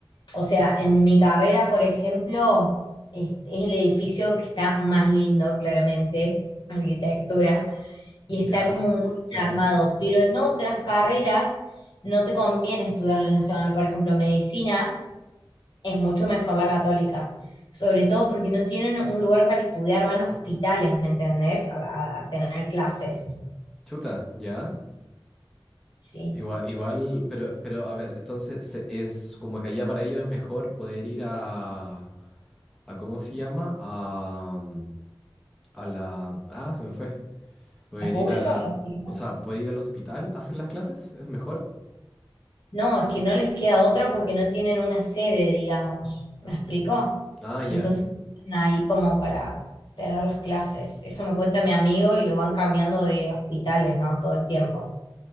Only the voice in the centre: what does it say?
ya,
claro.
Chuta, ya.
Igual, igual, pero, pero a ver, entonces se- es como que allá para ellos es mejor poder ir a, a ¿cómo se llama? A, mm, a la, ah, se me fue. Poder
ir a la,
o sea, poder ir al hospital a hacer las clases, ¿es mejor?
Ah, ya,